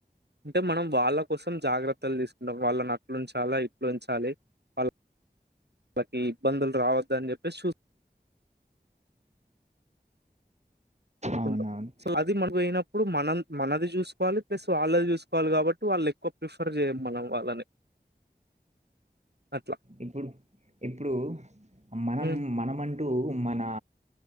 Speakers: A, on the right; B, on the right.
A: అంటే మనం వాళ్ళ కోసం జాగ్రత్తలు తీసుకుంటాం వాళ్ళని అట్ల ఉంచాల ఇట్ల ఉంచాలి వాల్ ళ్ళకి ఇబ్బందులు రావద్ద అని చెప్పేసి చూ కుంటం
B: అవునవును.
A: సో అది మనకు పోయినప్పుడు మనం మనది చూసుకోవాలి ప్లస్ వాళ్ళది చూసుకోవాలి కాబట్టి వాళ్ళు ఎక్కువ ప్రిఫర్ చేయం మనం వాళ్ళని అట్ల
B: ఇప్పుడు ఇప్పుడు మనం
A: హ్మ్
B: మనమంటూ మనా